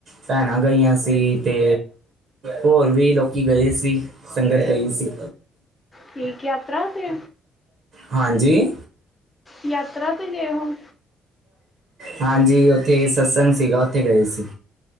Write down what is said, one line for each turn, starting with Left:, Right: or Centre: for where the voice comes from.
Right: ਭੈਣਾਂ ਗਈਆਂ ਸੀ ਤੇ ਹੋਰ ਵੀ ਲੋਕੀ ਗਏ ਸੀ ਸੰਗਤ ਗਈ ਸੀ
Left: ਠੀਕ ਯਾਤਰਾ ਤੇ
Right: ਹਾਂਜੀ
Left: ਯਾਤਰਾ ਤੇ ਗਏ ਹੋ
Right: ਹਾਂਜੀ ਉੱਥੇ ਸਤਸੰਗ ਸੀਗਾ ਉੱਥੇ ਗਏ ਸੀ